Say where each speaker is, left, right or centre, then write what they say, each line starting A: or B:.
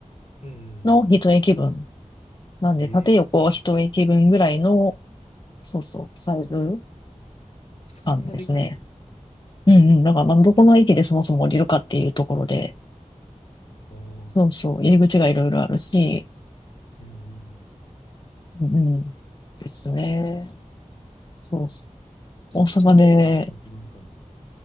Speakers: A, on the left; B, on the left.
A: うんうんうん。
B: の一駅分。なんで、
A: ええ。
B: 縦横一駅分ぐらいの、そうそう、サイズ
A: そんなでかいんや。
B: 感ですね。うんうん。だから、まあ、どこの駅でそもそも降りるかっていうところで、
A: ああ。
B: そうそう、入り口がいろいろあるし、
A: うんうんうん。
B: うんうん、ですね。そうそう。
A: そっちの方であんまりするんかも。
B: 大阪で、